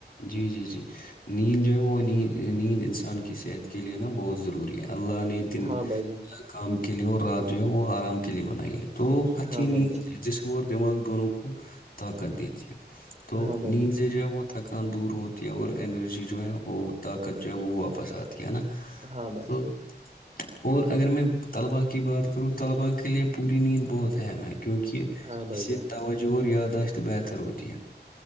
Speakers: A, on the left; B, on the right.
A: جی جی جی نیند جو ہے وہ نیند نیند انسان کی صحت کے لیے نا بہت ضروری ہے اللہ نے دن
B: ہاں بھائی جان
A: کام کے لیے اور رات جو ہے وہ آرام کے لیے بنائی ہے تو اچھی
B: ہاں
A: نیند
B: بھائی جان
A: جسم اور دماغ دونوں کو طاقت دیتی ہے تو
B: ہاں بھائی
A: نیند
B: جان
A: سے جو ہے وہ تھکن دور ہوتی ہے اور انرجی جو ہے وہ طاقت جو ہے وہ واپس آتی ہے نا
B: ہاں بھائی
A: تو
B: جان
A: اور اگر میں طلباء کی بات کر طلباء کے لیے پوری نیند بہت اہم ہے کیونکہ
B: ہاں بھائی
A: اسے
B: جان
A: توجہ توجو اور یاداشت بہتر ہوتی ہے